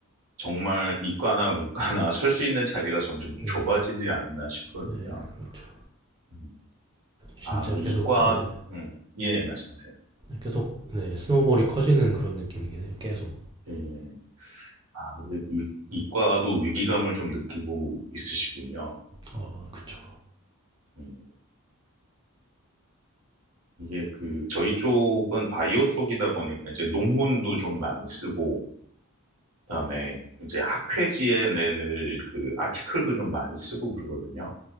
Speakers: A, on the right; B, on the right.
A: 정말 이과나 문과나 <laughs> 설 수 있는 자리가 점점
B: 네,
A: 좁아지지 않나 싶거든요.
B: 네, 그렇죠.
A: 음.
B: 진짜
A: 아, 근데
B: 계속
A: 이과,
B: 네.
A: 음, 예, 예, 말씀하세요.
B: 계속 네, 스노우볼이 커지는 그런 느낌이긴 해요. 계속.
A: 예. 아, 근데 위- 이과도 위기감을 좀 느끼고 있으시군요.
B: 어, 그쵸.
A: 음, 이게 그, 저희 쪽은 바이오 쪽이다 보니까 이제 논문도 좀 많이 쓰고, 그다음에 이제 학회지에 낼 그 아티클도 좀 많이 쓰고 그러거든요.